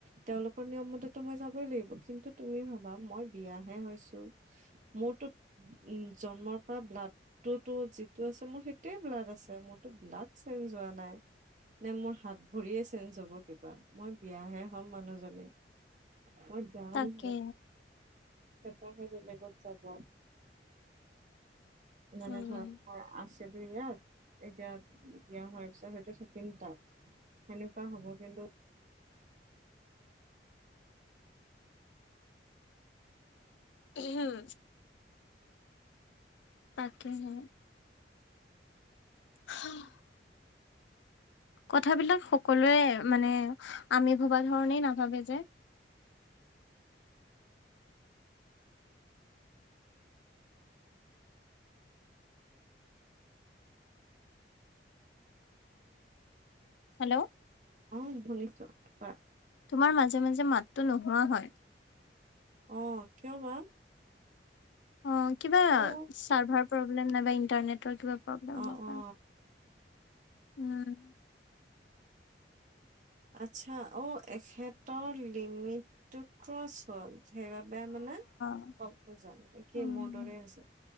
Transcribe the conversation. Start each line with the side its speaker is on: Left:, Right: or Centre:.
Right: তেওঁলোকৰ নিয়ম মতেতো মই যাবই লাগিব। কিন্তু তুমি ভাবা মই বিয়াহে হৈছো। মোৰ টো উম, জন্মৰ পৰা ব্লাডটোতো যিটো আছে মোৰ সেইটোয়ে ব্লাড আছে মোৰ। ব্লাড চে্জ হোৱা নাই নে, মোৰ হাত ভৰিয়ে চেঞ্জ হব কিবা। মই বিয়াহে হম মানুহজনী। <unintelligible>
Left: তাকে
Right: তাকেটো বেলেগত যাব। মানে
Left: উম
Right: ধৰণৰ আছে। ইয়াত এতিয়া বিয়া হোৱাৰ পিছত হয়তো থাকিম তাত। সেনেকুৱা হ'ব কিন্তু
Left: হম। তাকে হে। <unintelligible> কথাবিলাক সকলোৱে মানে আমি ভবা ধৰণেই নাভাবে যে। হেল্ল'?
Right: অ', শুনিছো কোৱা।
Left: তোমাৰ মাজে মাজে মাতটো নোহোৱা হয়।
Right: অ', কিয় বা?
Left: অঁ', কিবা
Right: অ
Left: চাৰ্ভাৰ প্ৰব্লেম নাইবা ইণ্টাৰনেটৰ কিবা প্ৰব্লেম
Right: অ
Left: হ'ব
Right: অ
Left: পাৰে। উম,।
Right: আচ্ছা অ', এখেতৰ লিমিট টো ক্ৰচ হল সেইবাবে মানে
Left: অ
Right: অফ হয় একে
Left: উম,
Right: মোৰ দৰে হৈছে।